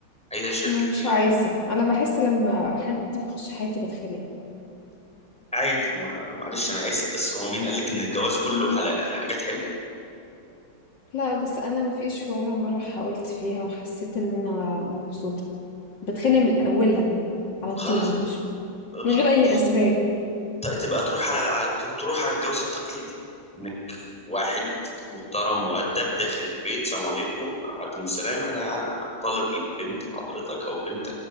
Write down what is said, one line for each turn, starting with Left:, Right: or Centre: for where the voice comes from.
Centre: عايزه شريكك
Left: مش
Centre: آه،
Left: عايزة انا بحس لما حد بيخش حياتي بتخانق
Centre: عادي ما معلش انا اسف بس هو مين قال لك ان الجواز كله حلقة حاجات حلوه
Left: لا بس انا مفيش ولا مرة حاولت فيها وحسيت ان انا مبسوطة بتخانق من اولها كده على طول
Centre: خلاص
Left: مش من
Centre: خلاص
Left: غير اي اسباب
Centre: ت- تبقى تروح على على- تروح على الجواز التقليدي انك واحد محترم مؤدب داخل البيت سلام عليكم وعليكم السلام انا طالب ايد بنت حضرتك او بنت